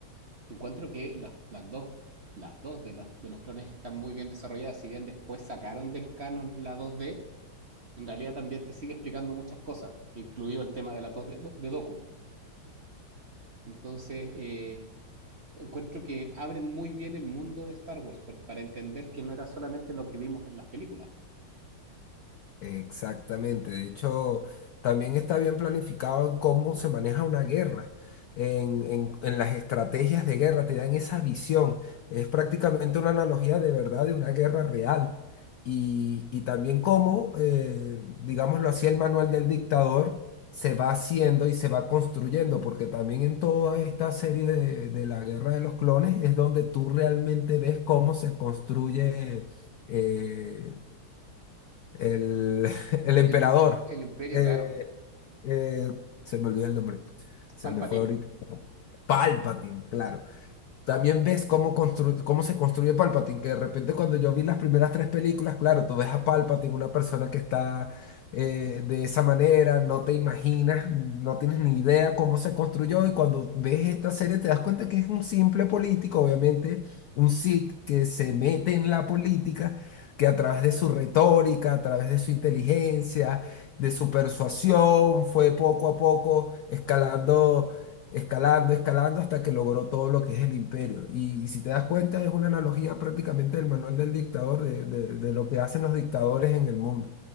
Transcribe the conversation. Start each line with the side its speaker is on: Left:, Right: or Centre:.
Right: encuentro que las, las dos, las dos de, las- de los clones están muy bien desarrolladas. Si bien después sacaron del canon la dos d en realidad también te sigue explicando muchas cosas, incluido el tema de la dos d do- de Doku. Entonces, eh, encuentro que abren muy bien el mundo de Star Wars por- para entender que no era solamente lo que vimos en las películas.
Left: Exactamente, de hecho, también está bien planificado en cómo se maneja una guerra, en, en- en las estrategias de guerra, te dan esa visión, es prácticamente una analogía de verdad de una guerra real. Y, y también cómo, eh, digámoslo así, el manual del dictador se va haciendo y se va construyendo, porque también en toda esta serie de, de la guerra de los clones es donde tú realmente ves cómo se construye. eh, el, <laughs> el emperador.
Right: El, el Imperio,
Left: eh,
Right: claro,
Left: eh, se me olvidó el nombre. Se
Right: Palpatine.
Left: me fue ahorita. Palpatine, claro. También ves cómo, constru- cómo se construye Palpatine, que de repente cuando yo vi las primeras tres películas, claro, tú ves a Palpatine, una persona que está eh, de esa manera, no te imaginas, no tienes ni idea cómo se construyó y cuando ves esta serie te das cuenta que es un simple político, obviamente, un Sith que se mete en la política, que a través de su retórica, a través de su inteligencia, de su persuasión, fue poco a poco escalando escalando, escalando hasta que logró todo lo que es el imperio. Y, si te das cuenta, es una analogía prácticamente del manual del dictador, de, de de lo que hacen los dictadores en el mundo.